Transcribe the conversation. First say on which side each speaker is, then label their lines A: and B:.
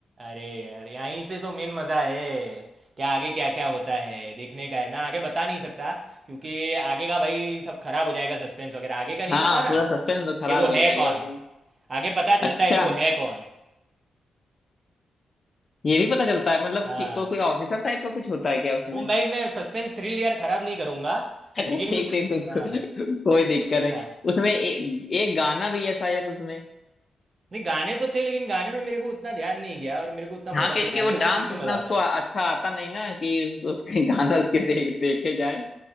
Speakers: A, on the right; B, on the left.
A: अरे यार यहीं से तो मेन मज़ा है क्या आगे क्या क्या होता है देखने का है मैं आगे बता नहीं सकता क्योंकि आगे का भाई सब खराब हो जाएगा सस्पेंस वगैरह आगे का नहीं
B: हाँ
A: पता
B: पूरा
A: ना
B: सस्पेंस तो खराब
A: कि वो
B: हो जाएगा
A: है कौन
B: उसमें
A: आगे पता चलता
B: अच्छा
A: है कि वो है कौन
B: ये भी पता चलता है मतलब
A: हाँ
B: कि को, कोई ऑफिसर टाइप का कुछ होता है क्या उसमें
A: मुंबई में सस्पेंस थ्रिल यार खराब नहीं करूंगा
B: <laughs> अच्छा
A: लेकिन
B: ठीक ठीक ठीक
A: हाँ
B: को, कोई दिक्कत
A: देखना
B: है उसमें एक एक गाना भी है शायद उसमें
A: नहीं गाने तो थे लेकिन गाने में मेरे को उतना ध्यान नहीं गया और मेरे को उतना
B: हाँ
A: मजा
B: क्योंकि
A: भी नहीं आया
B: वो
A: मेरे
B: डांस
A: को तो फिल्म
B: इतना
A: में मजा
B: उसको
A: आता है
B: अच्छा आता नहीं ना कि उस, उसके गाना उसके दे, देखे जाए